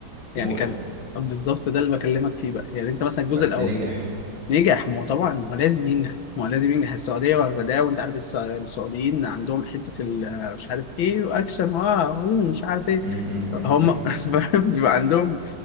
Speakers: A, on the left (about 75°); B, on the right (about 65°).
A: يعني
B: مقرف
A: كان بالظبط ده اللي بكلمك فيه بقى يعني انت مثلا الجزء
B: بس
A: الاول
B: نجح
A: نجح ما هو طبعا ما هو لازم ينجح ما هو لازم ينجح السعودية واخداه وانت عارف الس- السعوديين عندهم حتة ال- مش عارف ايه واكشن اه مش عارف ايه
B: م- م-
A: هم
B: م.
A: <laughs>
B: <laughs>
A: فاهم بيبقى عندهم